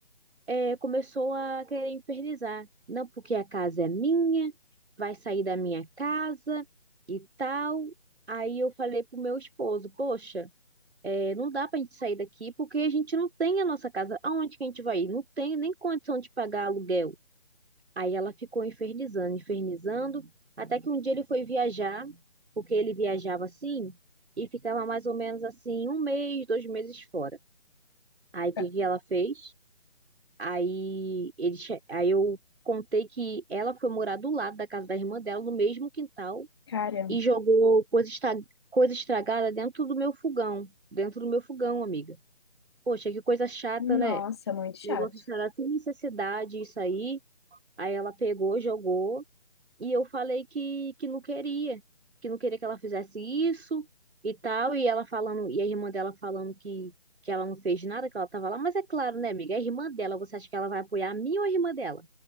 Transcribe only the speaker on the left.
Ah,
Caramba.
Nossa,
muito chato.